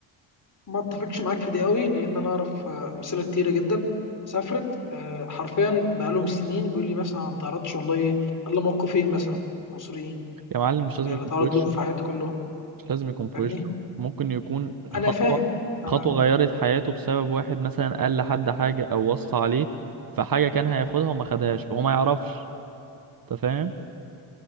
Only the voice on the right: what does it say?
يا معلم مش لازم
يكون
في وشه
مش لازم يكون في
وشه ممكن يكون خطوة
خطوة غيرت حياته بسبب واحد مثلا قال لحد حاجة او وصى عليه فحاجة كان هياخدها وما خدهاش هو ما يعرفش انت فاهم